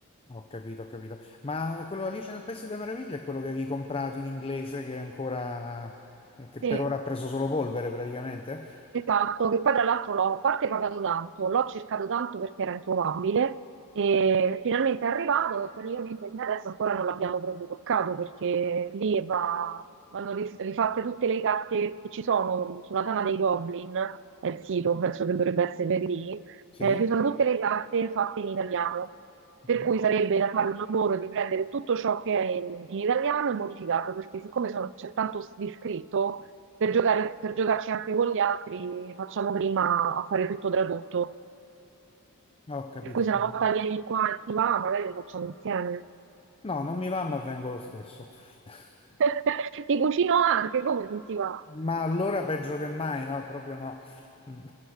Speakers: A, on the left; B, on the right.
A: Ho capito, ho capito. Ma quello Alice nel Paese delle Meraviglie è quello che avevi comprato in inglese che è ancora... eh, che per
B: Sì.
A: ora ha preso solo polvere praticamente?
B: Esatto, che poi tra l'altro l'ho a parte pagato tanto, l'ho cercato tanto perché era introvabile e finalmente è arrivato e praticamente fino adesso ancora non l'abbiamo proprio toccato perché lì va- vanno ris- rifatte tutte le carte che ci sono sulla Tana dei Goblin, è il sito, penso che dovrebbe essere lì,
A: Sì?
B: eh, ci sono tutte le carte fatte in italiano,
A: Mhm.
B: per cui sarebbe da fare un lavoro di prendere tutto ciò che è in, in italiano e modificarlo perché siccome sono- c'è tanto di scritto per giocare- per giocarci anche con gli altri, facciamo prima a fare tutto tradotto.
A: Ho capito,
B: Per cui
A: ho
B: se
A: capito.
B: una volta vieni qua e ti va, magari lo facciamo insieme.
A: No, non mi va, ma vengo lo stesso. <laughs>
B: <laughs> Ti cucino anche, come non ti va?
A: Ma allora peggio che mai, no? Proprio no. Mm.